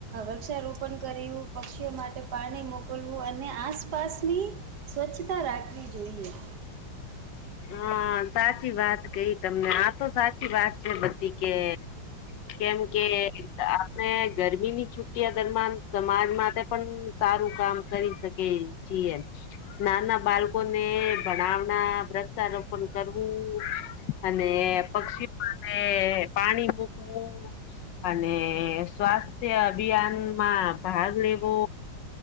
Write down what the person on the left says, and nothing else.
હ સાચી વાત કઈ તમને આ તો સાચી વાત છે બધી કે કેમ કે આપણે ગરમીની છુટિયા દરમિયાન સમાજ માટે પણ સારું કામ કરી શકી ીએ નાના બાળકો ને ભણાવના વ્રક્ષ સાર પણ કરવું અને પક્ષીઓ માટે પાણી મૂકવું અને સ્વાસ્થ્ય અભિયાનમાં ભાગ લેવો